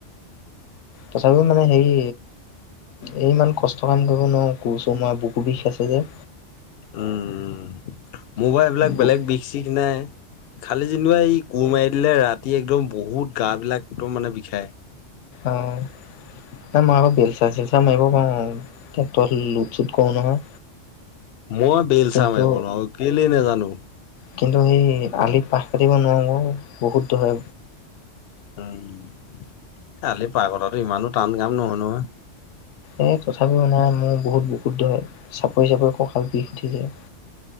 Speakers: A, on the left; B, on the left.
A: তথাপি মানে হেৰি এই ইমান কষ্ট কাম কৰিব নোৱাৰো কুৰ‌ চুৰ‌ মৰা বুকু বিষ আছে যে
B: উম মোৰ বা এইবিলাক
A: বুক
B: বেলেগ বিষ চিষ নাই খালি যেনিবা এই কুৰ মাৰি দিলে ৰাতি একদম বহুত গাবিলাক একদম মানে বিষায়
A: অঁ নাই মই আকৌ বেলচা চেলচা মাৰিব <inaudible> ট্ৰেক্টৰ লোট চোট কৰে নহয়।
B: মই বেলচা
A: কিন্তু
B: মাৰিব নোৱাৰো আৰু কেলেই নেজানো।
A: কিন্তু সেই আলিত পাহ কাটিব নোৱাৰোঁ বহুত দৰে
B: উম কালি বাঁহ কটাতো ইমানো টান কাম নহয়, নহয়।
A: এই তথাপিও মানে নাই মোৰ বহুত বুকুত ধৰে, চাপৰি চাপৰি কঁকাল বিষ উঠি যায়।